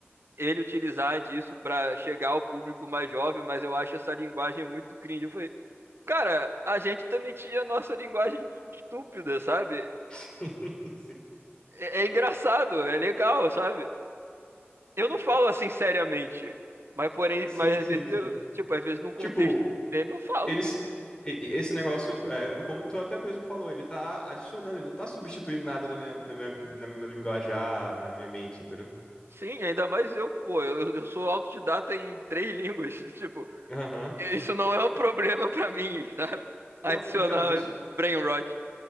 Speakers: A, on the right; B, on the left.
A: ele utilizar disso para chegar ao público mais jovem, mas eu acho essa linguagem muito cringe. Eu falei, cara, a gente também tinha a nossa linguagem estúpida, sabe?
B: <laughs> Sim,
A: É, é engraçado, é legal, sabe? Eu não falo assim seriamente, mas porém,
B: sim,
A: mas às
B: sim,
A: vezes
B: sim.
A: eu, tipo, às vezes num contexto
B: Tipo,
A: meme eu falo.
B: eles e- e esse negócio, é, como tu até mesmo falou, ele tá adicionando, ele não tá substituindo nada na minha, na minha, na minha linguajar, na minha mente, entendeu?
A: Sim, ainda mais eu, pô, eu, eu sou autodidata em três línguas, <laughs> tipo,
B: Aham.
A: isso não é um problema para mim, sabe? Adicionar
B: Não, então, deixa,
A: brain rot.